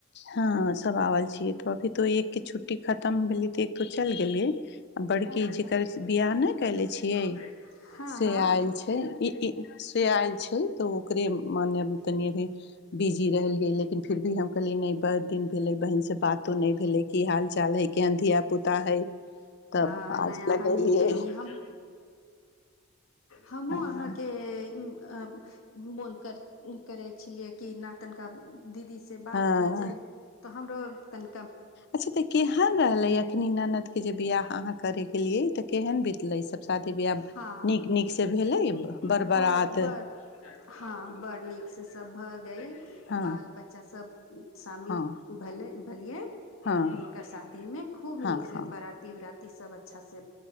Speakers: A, on the left; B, on the left.
A: ह आल छ अभी तो एक के छुट्टी खतम हो भेलिय तऽ एक तो चलि गेलियै आ बड़की
B: अच्छा
A: जेकर बिआह नहि कयले छियै
B: हँ
A: से
B: हँ
A: आयल छै ई से आयल छै तऽ ओकरे मान तनि अभी बिजी रहलिय लेकिन फिर भी हम कहलियी नहि बड़ दिन भेलै बहिन से बात को नहि भेलै की हाल चाल है केहन धिया पुता हइ तब
B: हँ
A: आज
B: नय यहाँ
A: लगेलियै
B: निक केयली हम हमहुँ
A: हँ
B: अहाँके मोन कर करै छलियै कि ना तनिका दीदी से बात
A: हँ
B: भए जाय तो हमरो तन
A: अच्छा तऽ केहन रहले अखनी ननद के जे बियाह अहाँ करे गेलियै तऽ केहन बितले सब शादी
B: हँ
A: नीक नीक से
B: ब
A: भेलै बर बरात
B: बड़ हँ बड़ नीक से सब भऽ गई
A: हँ
B: बाल बच्चा सब शामिल
A: हँ
B: भेले भेलिए हुनकर
A: हँ
B: शादी मे खूब
A: हँ
B: नीक से
A: हँ
B: बराती उराती ई सब अच्छा से